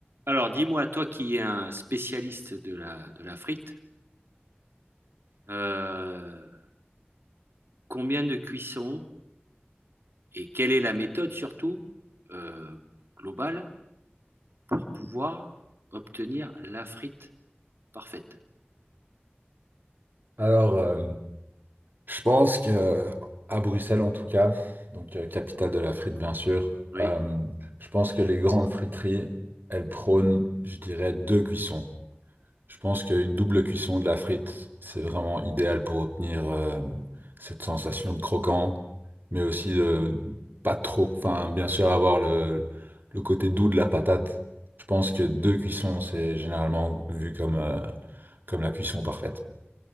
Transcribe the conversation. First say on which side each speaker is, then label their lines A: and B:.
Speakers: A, on the right; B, on the right.
A: Alors, dis-moi, toi qui es un spécialiste de la, de la frite, euh, combien de cuissons et quelle est la méthode surtout euh, globale pour pouvoir obtenir la frite parfaite?
B: Alors, euh, je pense que euh, à Bruxelles en tout cas, donc euh, capitale de la frite bien sûr,
A: Oui.
B: euh, je pense que les grandes friteries, elles prônent, je dirais, deux cuissons. Je pense qu'une double cuisson de la frite, c'est vraiment idéal pour obtenir euh, cette sensation de croquant, mais aussi de pas trop, enfin bien sûr avoir le, le côté doux de la patate. Je pense que deux cuissons, c'est généralement vu comme, euh, comme la cuisson parfaite.